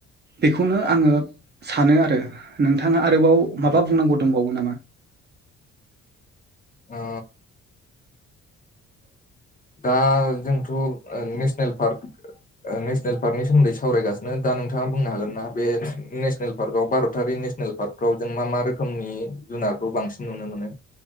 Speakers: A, on the right (about 35°); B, on the left (about 25°).
A: बेखौनो आङो सानो आरो नोंथाङा आरोबाव
B: उम
A: माबा बुंनांगौ दंबावो नामा
B: ओ दा जोंथ नेस नेल ओ पार्क नेसनेल पार्कनि सोमोन्दै सावरायगासिनो दा नोंथाङा बुंनो हागोन ना बे नेसनेल पार्कआव भारत तारि नेसनेल पार्कफ्राव जों मा मा रोखोमनि जुनारखौ बांसिन नुनो मोनो